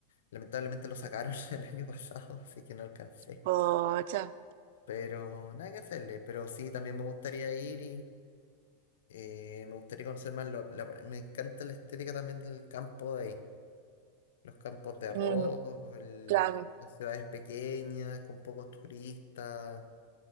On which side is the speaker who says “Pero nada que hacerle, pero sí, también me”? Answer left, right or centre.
Left